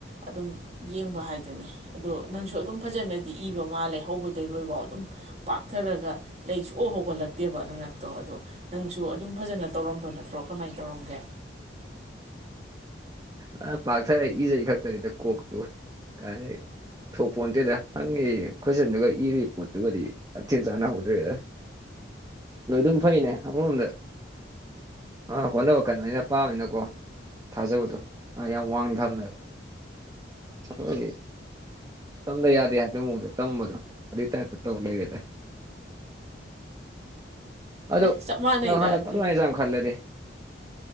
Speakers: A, on the right; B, on the right.
A: ꯑꯗꯨꯝ ꯌꯦꯡꯕ ꯍꯥꯏꯗꯅꯦ ꯑꯗꯣ ꯅꯪꯁꯨ ꯑꯗꯨꯝ ꯐꯖꯅꯗꯤ ꯏꯕ ꯃꯥꯜꯂꯦ ꯍꯧꯕꯗꯩ ꯂꯣꯏꯐꯥꯎ ꯑꯗꯨꯝ ꯄꯥꯛꯊꯔꯒ ꯂꯩ ꯁꯣꯛꯑ ꯍꯧꯒꯠꯂꯛꯇꯦꯕ ꯅꯪꯉꯛꯇꯣ ꯑꯗꯣ ꯅꯪꯁꯨ ꯑꯗꯨꯝ ꯐꯖꯅ ꯇꯧꯔꯝꯕ ꯅꯠꯇ꯭ꯔꯣ ꯀꯃꯥꯏꯅ ꯇꯧꯔꯝꯒꯦ
B: ꯑ ꯄꯥꯛꯊꯔ ꯏꯖꯩ ꯈꯛꯇꯅꯤꯗ ꯀꯣꯛꯇꯨ ꯀꯥꯏ ꯊꯣꯛꯄꯣꯟꯟꯇꯦꯗ ꯍꯪꯉꯤ ꯈꯣꯏꯆꯟꯗꯨꯒ ꯏꯔꯤꯕ ꯄꯣꯠꯇꯨꯒꯗꯤ ꯌꯥꯝꯊꯦꯡ ꯆꯥꯅꯍꯧꯗ꯭ꯔꯦꯗ ꯅꯣꯏ ꯑꯗꯨꯝ ꯐꯩꯅꯦ ꯑꯃꯔꯣꯝꯗ ꯑꯥ ꯍꯣꯠꯅꯕ ꯀꯩꯅꯣ ꯑꯩꯅ ꯄꯥꯝꯃꯤꯅꯀꯣ ꯊꯥꯖꯕꯗꯣ ꯌꯥꯝ ꯋꯥꯡꯅ ꯊꯝꯃꯦꯕ ꯑꯩꯈꯣꯏ ꯇꯝꯗ ꯌꯥꯗꯦ ꯍꯥꯏꯕꯒꯤ ꯃꯑꯣꯡꯗ ꯇꯝꯕꯗꯣ ꯑꯗꯨꯏ ꯇꯥꯏꯞꯇ ꯇꯧ ꯂꯩꯔꯦꯗ ꯑꯗꯣ
A: ꯑꯦ ꯆꯞ ꯃꯥꯟꯅꯩꯗ
B: ꯅꯪ ꯍꯗꯛ
A: ꯑꯗꯨ
B: ꯀ ꯑꯗꯨꯋꯥꯥꯏꯅꯖꯥ ꯈꯜꯂꯗꯤ